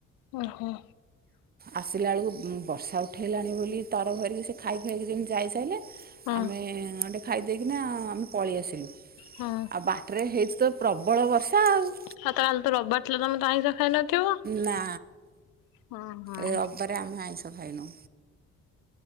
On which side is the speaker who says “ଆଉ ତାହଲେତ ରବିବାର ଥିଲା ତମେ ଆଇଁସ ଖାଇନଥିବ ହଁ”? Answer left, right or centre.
Left